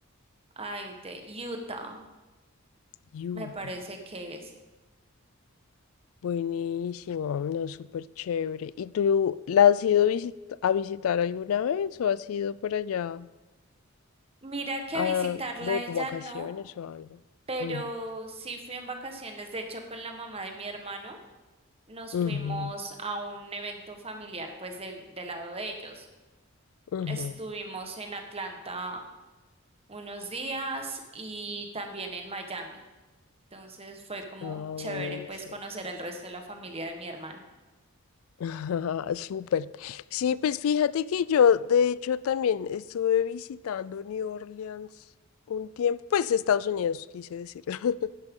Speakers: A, on the right; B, on the left.
A: ay, de Utah,
B: Utah.
A: me parece que es.
B: Buenísimo, no, súper chévere. ¿Y tú la has ido visit- a visitar alguna vez o has ido por allá?
A: Mira que
B: Ah,
A: a visitarla
B: de
A: ella
B: vacaciones
A: no,
B: o algo.
A: pero
B: Ujú.
A: sí fui en vacaciones, de hecho con la mamá de mi hermano, nos
B: Ujú,
A: fuimos a un evento familiar pues del, del lado de ellos.
B: ujú.
A: Estuvimos en Atlanta unos días y también en Miami. Entonces fue como
B: Ah,
A: chévere
B: buenísimo.
A: pues conocer al resto de la familia de mi hermano.
B: <laughs> Súper. Sí, pues fíjate que yo, de hecho, también estuve visitando New Orleans un tiempo, pues Estados Unidos, quise decir. <laughs>